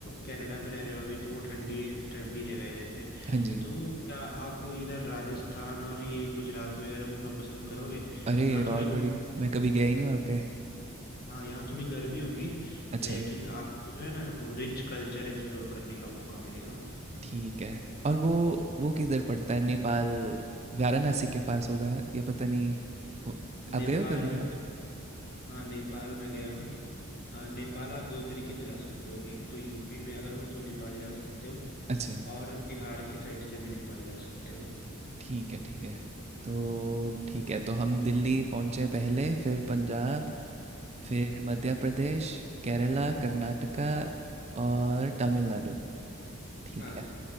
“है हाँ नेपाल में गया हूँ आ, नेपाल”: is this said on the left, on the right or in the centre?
Left